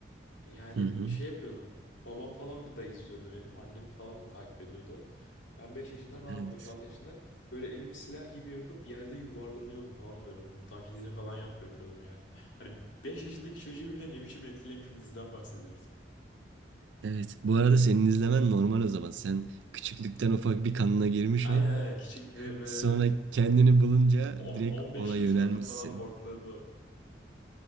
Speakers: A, on the left (about 85°); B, on the right (about 80°).
A: e, yani
B: Hı hı.
A: şey yapıyordum. Babam falan bir da izliyordu benim. Annem falan da takip ediyordu. Ben 5 yaşında falanım
B: Evet.
A: 5-6 yaşında. Böyle elimi silah gibi yapıp yerde yuvarlanıyordum falan böyle. Onların taklidini falan yap yapıyordum yani. Hani 5 yaşındaki çocuğu bile ne biçim etkilemiş bir diziden bahsediyoruz.
B: Evet. Bu arada senin izlemen normal o zaman. Sen küçüklükten ufak bir kanına girmiş
A: Aynen
B: o.
A: aynen küçük bir böyle
B: Sonra kendini bulunca
A: on-
B: direkt
A: 15
B: ona
A: yıl
B: yönelmişsin.
A: sonra falan hortladı o.